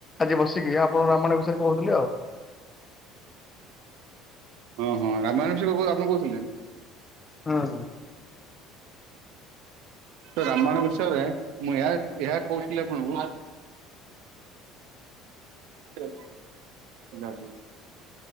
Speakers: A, on the left; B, on the right.
A: ଆଜି ବସିକି ଆପଣ ରାମାୟଣ ବିଷୟରେ କହୁଥିଲେ ଆଉ
B: ହଁ ହଁ ରାମାୟଣେଶ୍ୱର କହୁ ଆପଣ କହୁଥିଲେ।
A: ହଁ
B: ତ ରାମାୟଣ ବିଷୟରେ ମୁଁ ଏହା ଏହା କହୁଥିଲି ଆପଣଙ୍କୁ ହଁ ହଁ